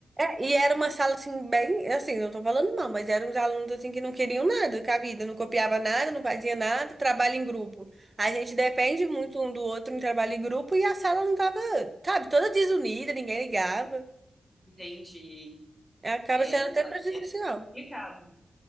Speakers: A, on the right; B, in the centre.
A: E era uma sala assim, bem, assim, não tô falando mal, mas eram uns alunos assim que não queriam nada com a vida, não copiava nada, não fazia nada, trabalho em grupo. A gente depende muito um do outro em trabalho em grupo e a sala não tava, sabe, toda desunida, ninguém ligava.
B: <laughs> Entendi,
A: Acaba
B: É,
A: sendo
B: não,
A: até prejudicial.
B: aí é complicado.